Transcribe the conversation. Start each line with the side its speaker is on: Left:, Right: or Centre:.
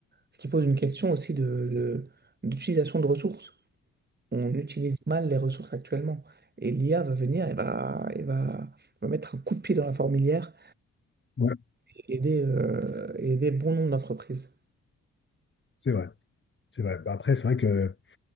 Right: ce qui pose une question aussi de, de- d'utilisation de ressources on utilise mal les ressources actuellement. Et l'IA va venir et va, et va, va mettre un coup de pied dans la fourmilière
Left: Ouais,
Right: et aider, euh, et aider bon nombre d'entreprises.
Left: c'est vrai. C'est vrai. Bah, Après, c'est vrai que